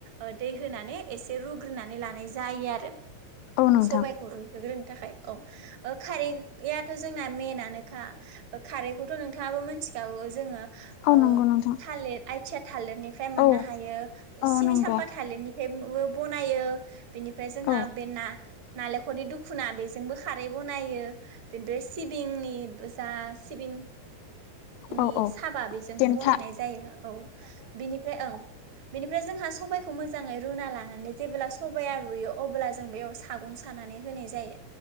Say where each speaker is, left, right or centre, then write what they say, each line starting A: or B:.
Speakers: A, on the right; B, on the left.
A: अ दै होना- नै एसे रुग्रोनानै लानाय जायो आरो
B: औ नोंथां
A: सबाइखौ रुइहोग्रोनो थाखाय औ खारैआथ' जोंना मेइनानोखा खारैखौथ' नोंथाङाबो मिथिखागौ जोङो। ओ
B: औ नंगौ नोंथां
A: थालिर आइथिया थालिरनिफ्राय मोननो
B: औ
A: हायो
B: औ
A: सिनि
B: नंगौ
A: साम्फा थालिरनि हेब ब-बनायो बेनिफ्राय जोंहा
B: औ
A: बे ना-नालेंखरनि दुखुना बे- जोंबो खारै बनायो बेनिफ्राय सिबिंनि जा सिबिं- नि
B: औ औ
A: साबा बेजों
B: देन्था
A: बनायनाय जायो औ बेनिफ्राय औ बेनिफ्राय जोंहा सबायखौ मोजाङै रुना लानानै जेब्ला सबाया रुयो अब्ला जों बेयाव सागं सानानै होनाय जायो।